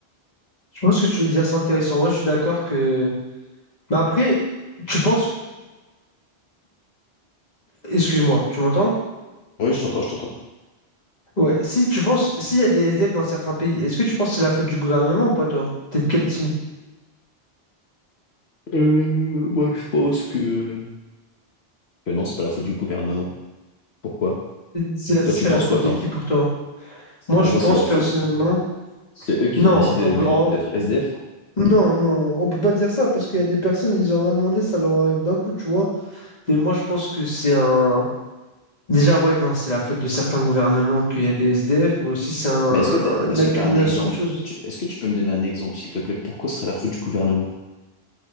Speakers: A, on the left; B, on the left.
A: Je pense que tu veux dire, c'est intéressant. Ouais, je suis d'accord que. Mais après, tu penses Excuse-moi, tu m'entends?
B: Oui, je t'entends, je t'entends.
A: Ouais, si tu penses, s'il y a des SDF dans certains pays, est-ce que tu penses que c'est la faute du gouvernement ou pas, toi? T'es de quel team?
B: Euh, moi, je pense que... que non, c'est pas la faute du gouvernement. Pourquoi?
A: C'est la- ce
B: Toi,
A: serait
B: tu penses
A: la faute
B: quoi,
A: de
B: toi?
A: qui pour toi? Moi, je
B: Pour moi,
A: pense
B: c'est leur
A: personnellement.
B: faute. C'est eux qui
A: Non,
B: ont décidé
A: on peut,
B: d-
A: on-
B: d'être SDF.
A: non, non, on peut pas dire ça parce qu'il y a des personnes, ils ont rien demandé, ça leur arrive d'un coup, tu vois. Mais moi, je pense que c'est un. Déjà, ouais, non, c'est la faute de certains gouvernements qu'il y a des SDF, mais aussi c'est un- un-
B: Mais est-ce que t'as,
A: une
B: est-ce
A: accumulation
B: que t'as un exemple?
A: de choses.
B: Tu- Est-ce que tu peux me donner un exemple, s'il te plaît? Pourquoi ce serait la faute du gouvernement?